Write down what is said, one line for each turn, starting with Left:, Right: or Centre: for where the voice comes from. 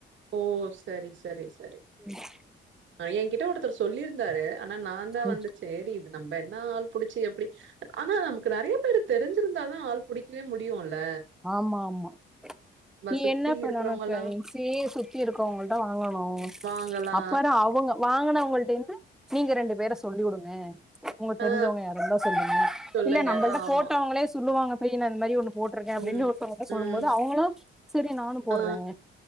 Right: ஓ சரி சரி சரி
Centre: <inaudible>
Right: அ என்கிட்ட ஒருத்தர் சொல்லிருந்தாரு ஆனா நா தா
Centre: ம்.
Right: வந்து சேரி இது நம்ப என்ன ஆள் புடிச்சு எப்டி ஆனா நமக்கு நறைய பேரு தெரிஞ்சிருந்தா தா ஆள் புடிக்கவே முடியும் இல்ல
Centre: ஆமாமா நீ
Right: சுத்தி
Centre: என்ன பண்ணணும்
Right: இருக்கிறவங்கல்லா
Centre: இப்ப <unintelligible> சுத்தி இருக்கவங்கள்ட்ட வாங்கணு
Right: வாங்கலா
Centre: அப்பறம் அவங்க வாங்கனவங்கள்டேந்து நீங்க ரெண்டு பேர சொல்லி உடுங்க உங்க
Right: ஆ
Centre: தெரிஞ்சவங்க
Right: ஆ.
Centre: யாரா இருந்த சொல்லுங்க
Right: சொல்லுங்க
Centre: இல்ல நம்பள்ட்ட
Right: ஆமா
Centre: போட்டவங்களே சொல்லுவாங்க பைய அந்த மாரி ஒன்னு போட் ருக்கன் அப்டின்னு
Right: ம்
Centre: ஒருத்தங்க சொல்லும்
Right: ம்
Centre: போது அவங்களும் சரி நானு போட்றேன்
Right: ஆ